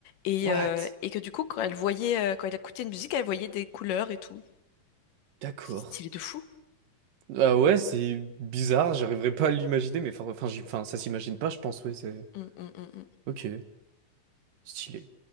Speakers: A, on the left; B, on the right.
A: Et,
B: What?
A: euh, et que du coup, quand elle voyait, euh, quand elle écoutait une musique, elle voyait des couleurs et tout.
B: D'accord.
A: C'est Stylé de fou.
B: Ah ouais, c'est bizarre, j'arriverai pas à l'imaginer, mais for- enfin, j'y- enfin, ça s'imagine pas, je pense, ouais, c'est.
A: Mm, mm, mm, mm.
B: Ok, stylé.